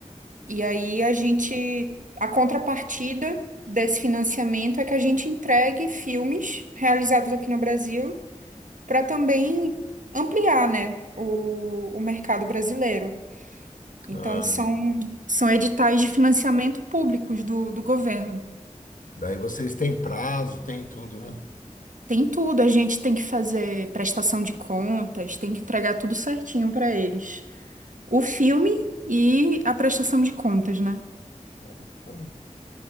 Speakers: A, on the right; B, on the left.
A: E aí a gente, a contrapartida desse financiamento é que a gente entregue filmes realizados aqui no Brasil para também ampliar, né, o, o mercado brasileiro. Então
B: Ah,
A: são, são editais de financiamento públicos do, do governo.
B: daí vocês têm prazo, tem tudo, né?
A: Tem tudo, a gente tem que fazer prestação de contas, tem que entregar tudo certinho para eles. O filme e a prestação de contas, né?
B: Então,